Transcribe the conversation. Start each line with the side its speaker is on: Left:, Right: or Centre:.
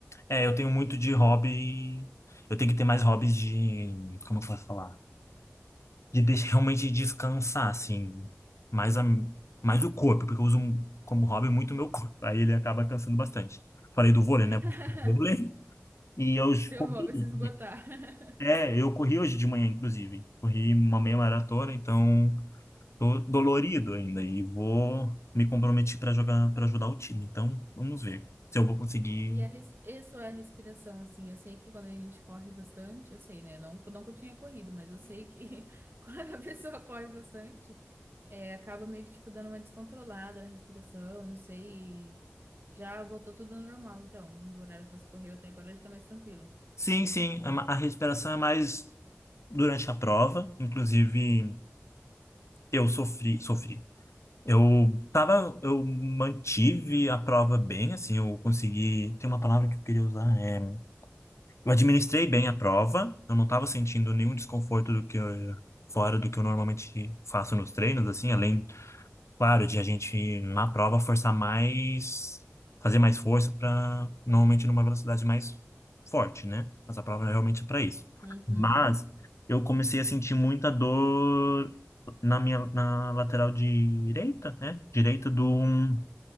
Left: É, eu tenho muito de hobby. Eu tenho que ter mais hobbies de. Como eu posso falar? De deixar, realmente descansar, assim. Mais, a, mais o corpo, porque eu uso como hobby muito o meu <laughs> corpo. Aí ele acaba cansando bastante. Falei do vôlei,
Right: <laughs>
Left: né? Vôlei. E eu
Right: Seu
Left: corri.
Right: hobby é se esgotar. <laughs>
Left: É, eu corri hoje de manhã, inclusive. Corri uma meia maratona, então tô dolorido ainda e vou me comprometer para jogar, para ajudar o time. Então, vamos ver se eu vou conseguir.
Right: E a, res... e sua respiração, assim, eu sei que quando a gente corre bastante, eu sei, né? Não, não que eu tinha corrido, mas eu sei que <laughs> quando a pessoa corre bastante, é, acaba meio que, tipo, dando uma descontrolada na respiração, não sei. e Já voltou tudo ao normal, então, do horário que você correu até agora já tá mais tranquilo.
Left: Sim, sim, a ma- a respiração é mais durante a prova. Inclusive, eu sofri, sofri. Eu tava, eu mantive a prova bem, assim, eu consegui. Tem uma palavra que eu queria usar, é Eu administrei bem a prova, eu não estava sentindo nenhum desconforto do que eu- fora do que eu normalmente faço nos treinos, assim, além, claro, de a gente na prova forçar mais, fazer mais força para normalmente numa velocidade mais forte, né? Mas a prova é realmente para isso.
Right: Uhum.
Left: Mas eu comecei a sentir muita dor na minha na lateral direita, né? Direita do um